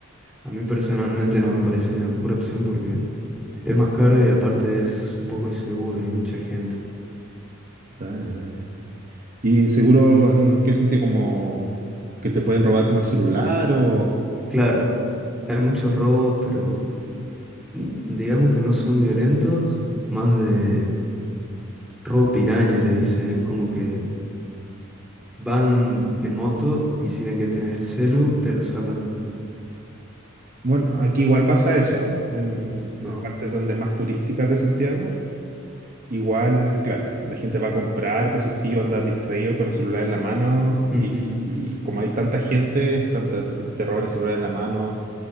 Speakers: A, in the centre; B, on the right (about 40°).
A: a mí personalmente no me parece la mejor opción porque es más caro y aparte es un poco inseguro, hay mucha gente.
B: Dale, dale. ¿Y inseguro en qué sentido? ¿Como que te pueden robar como el celular
A: Como-
B: o...?
A: Claro, hay muchos robos, pero mm, digamos que no son violentos, más de robo piraña le dicen, es como que Van en moto y si ven que tenés el celu, te lo sacan.
B: Ah. Bueno, aquí igual pasa eso, ¿eh? En las
A: No.
B: partes donde más turísticas de Santiago, igual, claro, la gente va a comprar cosas así o anda distraído con el celular en la mano
A: Ujú.
B: y, y como hay tanta gente, están- te, te roban el celular en la mano.